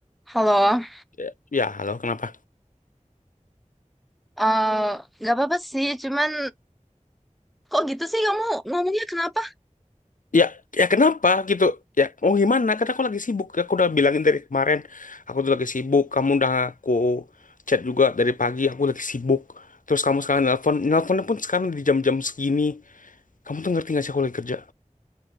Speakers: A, in the centre; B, on the left.
A: Halo,
B: ya ya, halo kenapa
A: eh nggak apa-apa sih, cuman kok gitu sih kamu ngomongnya kenapa?
B: ya ya kenapa gitu ya oh gimana kata aku lagi sibuk aku udah bilangin dari kemarin aku tuh lagi sibuk kamu udah aku chat juga dari pagi aku lagi sibuk terus kamu sekarang nelpon nelponnya pun sekarang di jam-jam segini kamu tuh ngerti gak sih aku lagi kerja